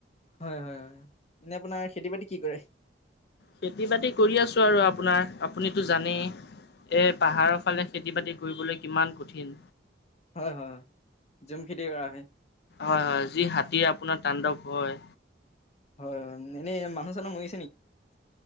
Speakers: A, on the left; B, on the left.
A: হয় হয় হয় এনে আপোনাৰ খেতি বাতি কি কৰে।
B: খেতি বাতি কৰি আছো আৰু আপোনাৰ আপুনিতো জানেই। এ পাহাৰৰ ফালে খেতি বাতি কৰিবলৈ কিমান কঠিন।
A: হয় হয় হয় জুম খেতি কৰা হয়।
B: হয় হয় যি হাতী আপ আপোনাৰ তাণ্ডৱ হয়।
A: হয় হয় এনে মানুহ চানু মই